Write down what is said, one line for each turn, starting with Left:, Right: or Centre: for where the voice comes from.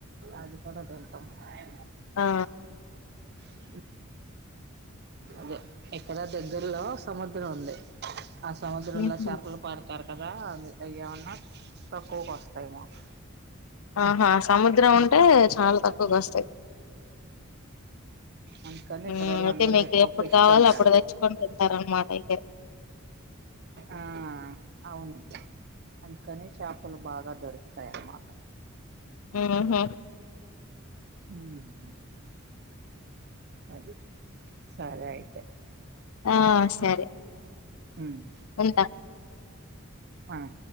Right: అది కూడా తింటం టం
Left: ఆ
Right: అ అదే ఇక్కడ దగ్గరలో సముద్రం ఉంది ఆ సముద్రంలో
Left: ఉహు
Right: చేపలు పడతారు కదా అ అయ్యామన్నా తక్కువకు వస్తాయి మాకు
Left: ఆహా సముద దగ్గర ఉంటే చాలా తక్కువగా వస్తాయి
Right: అందుకని
Left: మ్మ్
Right: ఇక్కడ వాళ్ళు
Left: అయితే
Right: అందరూ
Left: మీకు
Right: ఎక్కువ
Left: ఎప్పుడు
Right: ఫిష్
Left: కావాలో
Right: తింటారు
Left: అప్పుడు తెచ్చుకొని తింటారనమాట అయితే
Right: ఆ అవును అందుకని చేపలు బాగా దొరుకుతాయి అన్నమాట
Left: ఆహా
Right: అహా అది సరే అయితే
Left: ఆ సరే
Right: ఆమ్
Left: ఉంటా
Right: ఆహా